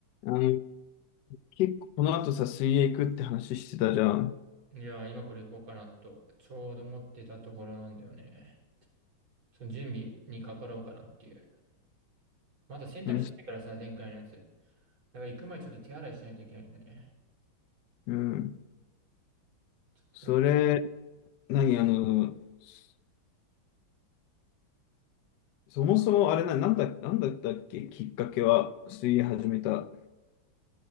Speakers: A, on the left (about 70°); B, on the right (about 75°).
A: あの、結構この後さ、水泳行くって話してたじゃん。
B: いやー、今これ行こうかなと、ちょうど思ってたところなんだよね。その準備にかかろうかなっていう。まだ洗濯してないからさ、
A: うん。
B: 前回のやつ。だから行く前にちょっと手洗いしないといけないんだよね。
A: うん
B: ちょっとそれが、
A: それ、何、あの、そそもそもあれな、なんだ、なんだったっけ、きっかけは、水泳始めた。